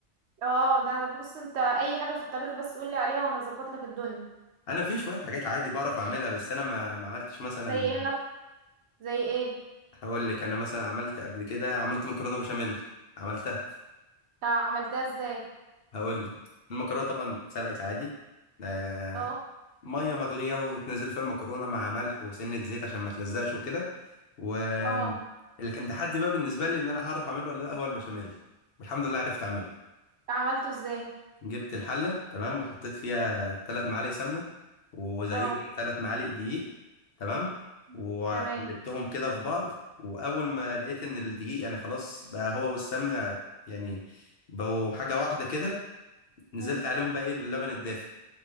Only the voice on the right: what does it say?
اه ده انا بص انت اي حاجه في الطبيخ بس قولي عليها وانا اظبط لك الدنيا
زي ايه مثلا زي ايه
طب عملتها ازاي
اه
اه
عملته ازاي
اه
مم.
تمام
مم.